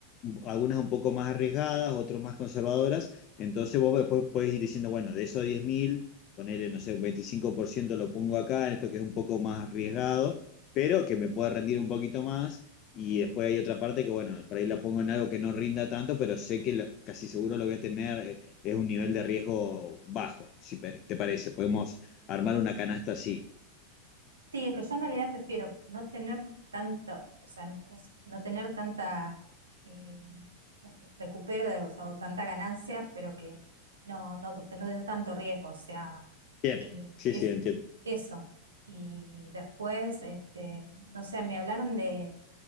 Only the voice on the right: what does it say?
Sí, es que yo en realidad prefiero no tener tanta, o sea, que no, no tener tanta eh, recupero de, o sea, o tanta ganancia, pero que no, no, no tener tanto riesgo, o sea,
eh,
Sí, eso. Y después, este, no sé, me hablaron de